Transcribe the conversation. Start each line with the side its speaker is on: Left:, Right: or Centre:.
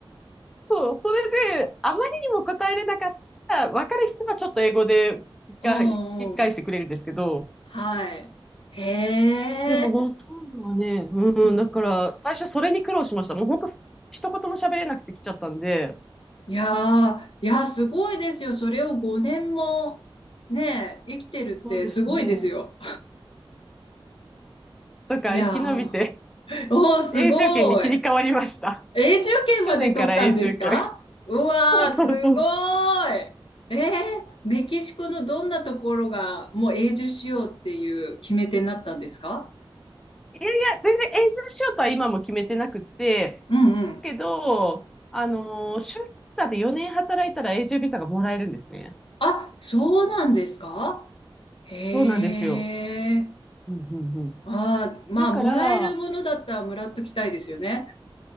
Centre: そう、それで、あまりにも答えれなかったら、わかる人はちょっと英語で聞きか引き返してくれるんですけど、
Left: うんうん。はい。へえ。
Centre: でもほとんどはね、うん、
Left: うん。
Centre: だから、最初それに苦労しました。もう本当、一言も喋れなくて来ちゃったんで、
Left: いやー、いやー、すごいですよ。それを5年もね、生きてるってすごいですよ。
Centre: そうですね。だから生き延びて、
Left: いやー、おー、すごい。
Centre: 永住権に切り替わりました。
Left: 永住権まで取ったんですかうわー、
Centre: 去年から永住権。そうそうそう。
Left: すごーい。えー、メキシコのどんなところがもう永住しようっていう決め手になったんですか
Centre: いやいや、全然永住しようとは今も決めてなくて、
Left: うんうん。
Centre: けど、あのー、就労ビザで4年働いたら永住ビザがもらえるんですね。
Left: あ、そうなんですかへえ。
Centre: そうなんですよ。うんうんうん。
Left: ああ、まあ、
Centre: だから、
Left: もらえるものだったらもらっときたいですよね。